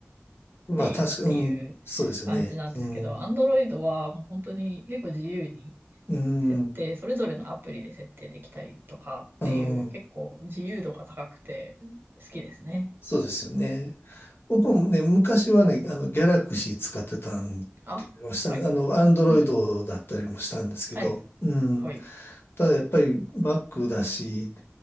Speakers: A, on the left; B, on the right.
A: うん。
B: てっていう感じなんですけど、
A: まあ、確か、うん、そうですよね。うん、
B: Android はもう本当に結構自由に
A: うん、
B: 設定、それぞれのアプリで設定できたりとかっていう、
A: うん、
B: 結構自由度が高くて好きですね。
A: そうですよね。僕もね、
B: うん、
A: 昔はね、あの、ギャラクシー使ってたんで
B: あ、
A: したあの、
B: はい。
A: アンドロイドだったりもしたんですけど、
B: うんはい。
A: うん。
B: はい。
A: ただやっぱり Mac だし、